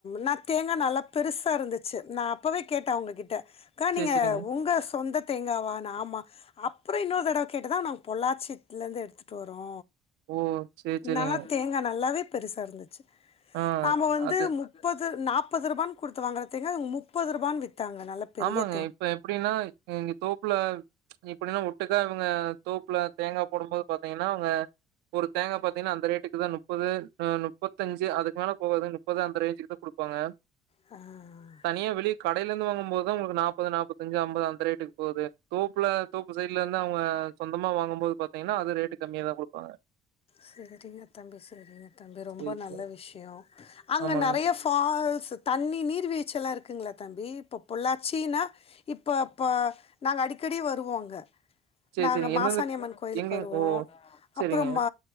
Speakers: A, on the left; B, on the right.
A: நா தேங்கா நல்லா பெருசா இருந்துச்சு நா அப்பவே கேட்ட உங்ககிட்ட அக்கா
B: சேரி
A: நீங்க
B: செரிங்க
A: உங்க சொந்த தேங்காவான ஆமா அப்புற இன்னொரு தடவ கேட்டுதா நாங்க பொள்ளாச்சித்ல இருந்து எடுத்துட்டு வரோ
B: ஓ சேரி செரிங்க
A: நல்லா தேங்கா நல்லாவே பெருசா இருந்துச்சு
B: ஆ
A: நாம வந்து
B: அது
A: முப் பது நாப்பது ரூபான்னு குடுத்து வாங்கற தேங்கா முப்பது ரூபான்னு வித்தாங்க நல்ல பெரிய
B: ஆமாங்க இப்ப எப்டினா இங்க தோப்புல எப்டினா ஒட்டுக்கா இவுங்க தோப்புல தேங்கா போடும் போது பாத்தீங்னா அவுங்க ஒரு தேங்கா பாத்தீங்னா அந்த ரேட்டுக்கு தா நுப்பது அ நுப்பத்தஞ்சு அதுக்கு மேல போகாது முப்பது அந்த ரேஞ்சுக்கு தா குடுப்பாங்க
A: ம்
B: தனியா வெளிய கடைல இருந்து வாங்கும் போதுதா உங்களுக்கு நாப்பது நாப்பத்தஞ்சு அம்பது அந்த ரேட்டுக்கு போகுது தோப்புல தோப்பு சைட் ல இருந்து அவுங்க சொந்தம்மா வாங்கும்போது பாத்தீங்னா அது ரேட்டு கம்மியா தா குடுப்பாங்க
A: செரிங்க தம்பி செரிங்க தம்பி ரொம்ப
B: சரி,
A: நல்ல
B: சரி.
A: விஷயம் அங்க
B: ஆமாங்க.
A: நறைய ஃபால்ஸ் தண்ணி நீர்வீ்ழ்ச்சிலா இருக்குங்ளா தம்பி இப்போ பொள்ளாச்சினா இப்பப்ப நாங்க அடிக்கடி வருவோ அங்க
B: சரி,
A: நாங்க
B: சரிங்க.
A: மாசாணியம்மன்
B: எந்தெந்த
A: கோயிலுக்கு
B: எங்க
A: வருவோ
B: ஓ! சரிங்க,
A: அப்புறம் ம